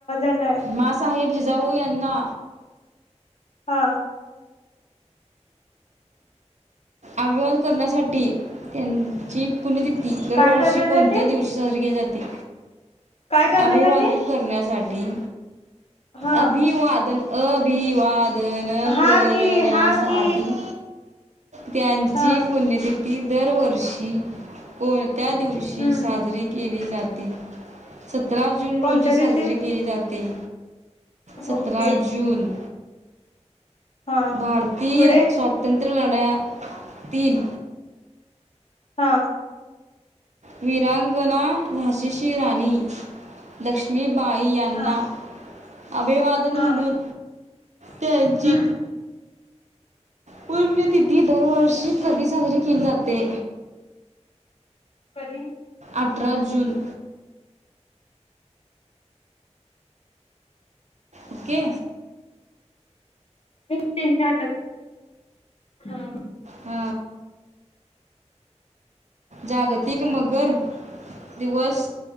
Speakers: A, on the left (about 60°); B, on the right (about 75°).
A: आलाय
B: मासाहेब जिजाऊ यांना
A: हा
B: अव्यहान करण्यासाठी त्यांची पुण्यतिथी दरवर्षी
A: काय करण्यासाठी
B: कोणत्या दिवशी साजरी केली जाते
A: काय करण्यासाठी
B: अभिवादन करण्यासाठी
A: हा
B: अभिवादन अभिवादन
A: हा
B: करण्यासाठी
A: कि हा कि
B: त्यांची
A: हा
B: पुण्यतिथी दरवर्षी कोणत्या दिवशी
A: हम्म
B: साजरी के केली जाते सतरा जून
A: कोणत्या
B: रोजी साजरी
A: दिवशी
B: केली जाते सतरा
A: ओके
B: जून
A: हा
B: भारतीय
A: पुढे
B: स्वातंत्र्य लढतील
A: हा
B: वीरांगना झाशीची राणी लक्ष्मी बाई यांना
A: हा
B: अभिवादन
A: हा
B: म्हणून त्याचीी
A: हम्म
B: पुण्यतिथी दरवर्षी कधी साजरी केली जाते
A: कधी
B: अठरा जून ओके
A: एक हा
B: ह. जागतिक मगर दिवस